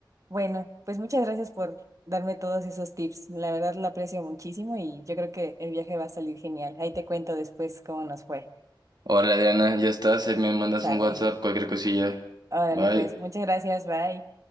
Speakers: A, on the right; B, on the right.
A: Bueno, pues muchas gracias por darme todos esos tips. La verdad lo aprecio muchísimo y yo creo que el viaje va a salir genial. Ahí te cuento después cómo nos fue.
B: Hola Adriana, ya estás, ahí me mandas
A: Sale.
B: un WhatsApp, cualquier cosilla.
A: Órale,
B: Bye.
A: pues, muchas gracias, bye.